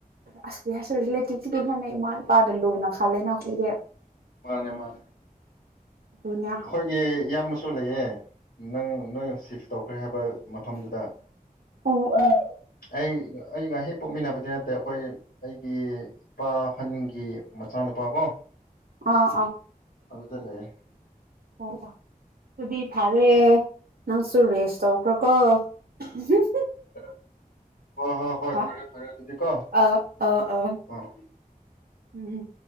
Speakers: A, on the right (about 80°); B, on the left (about 80°).
A: ꯑꯁ ꯀ ꯍꯥꯏꯁꯨ ꯔꯤꯂꯦꯇꯤꯞꯇ ꯑꯗꯨ ꯍꯦꯟꯅ ꯏꯃꯥ ꯏꯄꯥꯗ ꯂꯨꯅ ꯈꯜꯂꯦꯅ ꯑꯩꯈꯣꯏꯗꯤ
B: ꯃꯥꯅꯦ ꯃꯥꯅꯦ
A: ꯑꯗꯨꯅ
B: ꯑꯩꯈꯣꯏꯒꯤ ꯏꯌꯥꯝ ꯃꯁꯨꯨ ꯂꯩꯌꯦ ꯅꯪ ꯅꯣꯏ ꯁꯤꯐ ꯇꯧꯈ꯭ꯔꯦ ꯍꯥꯏꯕ ꯃꯐꯝꯗꯨꯗ
A: ꯑꯣ ꯑꯣ ꯑꯥ
B: ꯑꯩ ꯑꯩꯒ ꯍꯦꯛ ꯄꯣꯛꯃꯤꯟꯅꯕꯗꯤ ꯅꯠꯇꯦ ꯑꯩꯈꯣꯏ ꯑꯩꯒꯤ ꯏꯄꯥꯍꯟꯒꯤ ꯁꯅꯨ ꯄ ꯀꯣ
A: ꯑꯥ
B: ꯑꯗꯨꯗ ꯂꯩꯌꯦ
A: ꯑꯣ ꯑꯣ ꯑꯗꯨꯗꯤ ꯐꯔꯦ ꯅꯪꯁꯨ ꯔꯦꯁ ꯇꯧꯈ꯭ꯔꯣꯀꯣ ꯍꯨꯝ ꯍꯨꯝ
B: <unintelligible> ꯍꯣꯏ
A: ꯑ
B: ꯐꯔꯦ ꯐꯔꯦ ꯑꯗꯨꯗꯤ ꯀꯣ
A: ꯑ ꯑ ꯑ
B: ꯑꯥ
A: ꯎꯝ